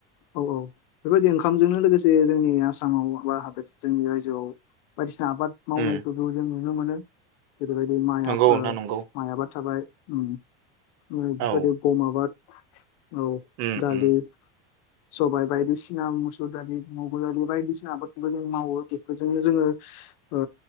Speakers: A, on the left (about 70°); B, on the right (about 60°).
A: औ औ बेबायदि ओंखामजोंनो लोगोसे जोंनि आसामाव बा हादोर जोंनि रायजोआव बायदि आबाद मावनायखौबो
B: उम
A: जों नुनो मोनो जेरैबायदि माइ
B: नंगौ
A: आबाद
B: नोंथां नंगौ
A: माइ आबाद थाबाय बेबायदि
B: औ
A: गम आबाद औ
B: उम
A: दालि
B: उम
A: सबायाइ बायदिसिना मुसुर दालि मुग दालि बायदिसिना आबादबो जों मावो बेफोरजोंनो जोङो ओ